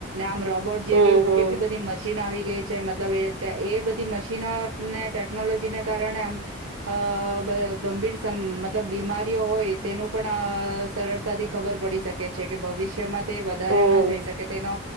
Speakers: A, on the right; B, on the right.
A: આમ રો બોટ જેવી
B: હમ હમ
A: કેટલી બધી મશીન આવી જે મતલબ એ એ બધી મશીનોને ટેકનોલોજીને કારણે આમ અ ગંભીર મ મતલબ બીમારીઓ હોય તેનું પણ સરળતાથી ખબર પડી શકે છે કે ભવિષ્યમાં તે વધારે
B: હમ
A: ન થઈ શકે તેનો